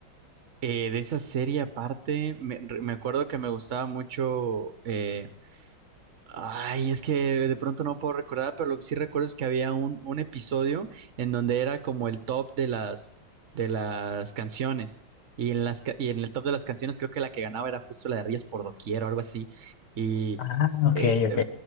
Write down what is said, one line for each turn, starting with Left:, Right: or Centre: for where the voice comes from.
Right: Eh, de esa serie aparte, me, re- me acuerdo que me gustaba mucho. eh, ay, es que de pronto no puedo recordar, pero lo que sí recuerdo es que había un, un episodio en donde era como el top de las, de las canciones. Y en las, ca- y en el top de las canciones, creo que la que ganaba era justo la de Rías por Doquier o algo así. Y.
Left: Ah, ok,
Right: eh,
Left: ok.